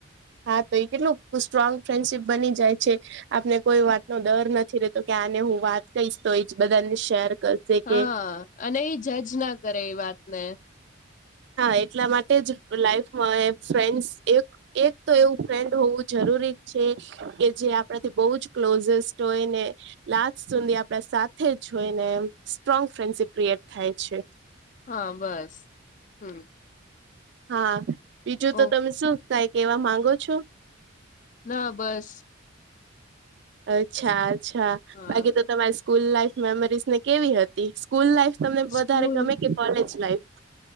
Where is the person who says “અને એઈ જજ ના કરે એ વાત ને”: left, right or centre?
Left